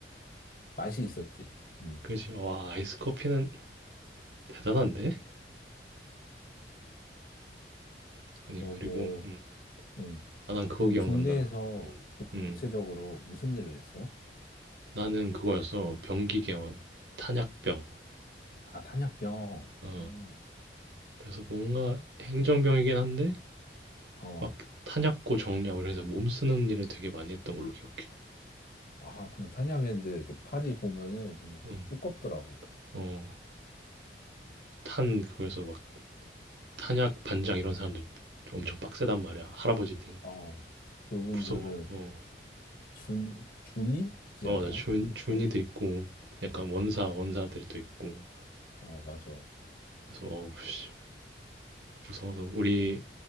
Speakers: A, on the left; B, on the right.
A: 맛이 있었지. 음.
B: 그지. 와 아이스 커피는 대단한데? 아니
A: 그러고,
B: 그리고 음.
A: 음.
B: 아 난 그거
A: 그럼
B: 기억난다.
A: 중대에서
B: 음. 음.
A: 구체적으로 무슨 일을 했어?
B: 나는 그거였어. 병기계원. 탄약병.
A: 아, 탄약병.
B: 어.
A: 아,
B: 그래서 뭔가
A: 탄약?
B: 행정병이긴 한데
A: 어.
B: 막 탄약고 정리하고 그래서 몸 쓰는 일을 되게 많이 했던 걸로 기억해.
A: 아, 근데 탄약애들 이렇게 팔이 보면은 좀
B: 어.
A: 두껍더라고.
B: 어, 탄, 그래서 막 탄약 반장 이런 사람들 엄청 빡세단 말이야. 할아버지들.
A: 아, 그분들은
B: 무서워. 어,
A: 준, 준이지
B: 어
A: 않나?
B: 맞아. 준,
A: 보통?
B: 준이도 있고, 약간
A: 어,
B: 원사, 원사들이 또 있고.
A: 어, 맞아. 어,
B: 그래서, 어우, 씨, 무서워서. 우리